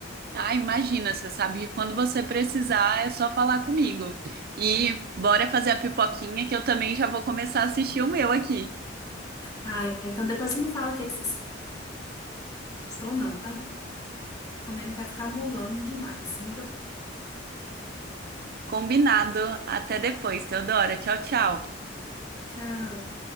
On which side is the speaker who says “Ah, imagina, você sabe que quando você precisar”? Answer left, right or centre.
Right